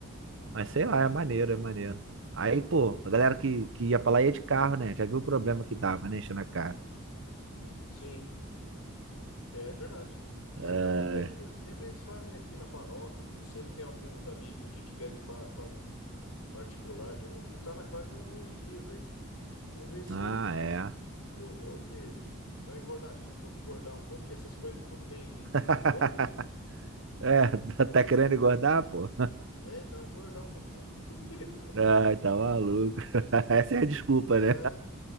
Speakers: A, on the right (about 60°); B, on the left (about 85°).
A: Mas
B: Ah,
A: sei
B: entendi.
A: lá, é maneiro, é maneiro. Aí, pô, a galera
B: É,
A: que, que ia pra lá ia de carro, né? Já viu o problema que dava, né? Enchendo a cara.
B: sim, é verdade.
A: É.
B: É, Então, vamos ver aqui. Sempre eles fazem aqui na paróquia, aqui sempre tem alguém, uns amigos aqui que pegam e fa- fazem particular também aqui. Tá na quase nos dias aí. Vamos ver se
A: Ah, é.
B: eu vou, que tô engordadinho um pouco, engordar um pouco, que essas coisas tudo meio que,
A: <laughs>
B: que, que engorda, né?
A: É, tá tá querendo engordar, pô?
B: É, então engordar um pouquinho. <laughs>
A: Ai, tá maluco. <laughs> Essa é a desculpa,
B: É.
A: né?